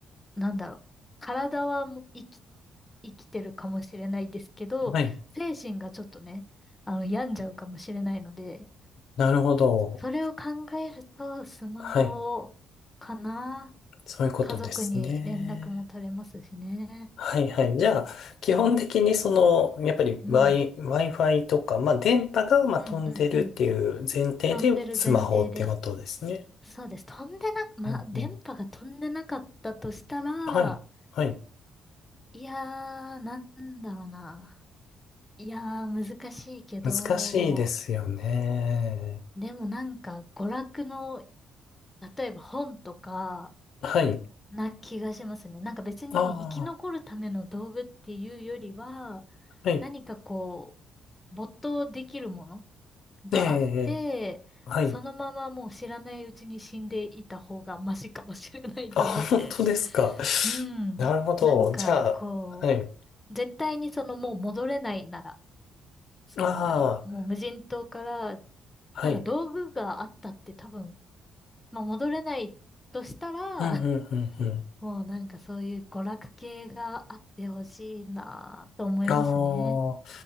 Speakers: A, on the left (about 15°); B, on the left (about 70°).
A: う、なんだろう。体はもう生き、生きてるかもしれないですけど、
B: はい、
A: 精神がちょっとね、あの、病んじゃうかもしれないので、
B: なるほど。
A: それを考えると、スマホかな。
B: はい、そういうことですね。
A: 家族に連絡も取れますしね。
B: はい、はい。じゃあ、基本的にその、
A: うん、
B: やっぱり
A: うん、
B: Wi、Wi-Fi とか、まあ、電波が、まあ、
A: うん、
B: 飛んでるっていう前提でスマホってことですね。
A: うん、うん。飛んでる前提で。そうです。飛んでな、まあ、
B: うんうん、
A: 電波が飛んでなかったとしたら、
B: はい、はい。
A: いやー、なんだろうな。いやー、難しいけど、
B: 難しいですよね。
A: でもなんか、娯楽の、例えば本とか、
B: はい。
A: な気がしますね。なんか別に生き残るための道具っていうよりは、
B: ああ、はい。
A: 何かこう、没頭できるものがあって、
B: ええ、ええはい。
A: そのままもう知らないうちに死んでいた方がマシかもしれないと思って。
B: あ、本当ですか。
A: うん。
B: なるほど。
A: なんか、
B: じゃあ、
A: こ
B: はい。
A: う、絶対にそのもう戻れないなら、その、
B: あ
A: もう無人島から、
B: あ、
A: なんか道具があったって多分、
B: はい。
A: まあ戻れないとしたら、
B: うん、うん、
A: <laughs>
B: うん、うん。
A: もうなんかそういう娯楽系があってほしいなと思いますね。
B: ああ、